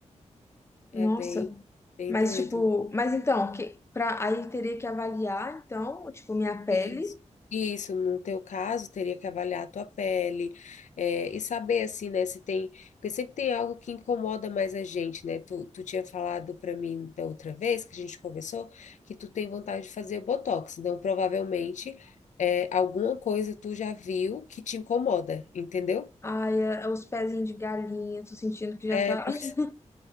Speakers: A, on the left; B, on the left.
A: Nossa.
B: É bem, bem
A: Mas,
B: doido.
A: tipo, mas então, que, pra, aí teria que avaliar, então, tipo, minha pele.
B: Isso, isso, no teu caso, teria que avaliar a tua pele, é, e saber, assim, né, se tem, porque sempre tem algo que incomoda mais a gente, né, tu, tu tinha falado para mim da outra vez que a gente conversou, que tu tem vontade de fazer botox, então provavelmente é, alguma coisa tu já viu que te incomoda, entendeu?
A: Ai, é- é os pezinhos de galinha, tô sentindo que
B: É,
A: já tá
B: pois
A: <laughs>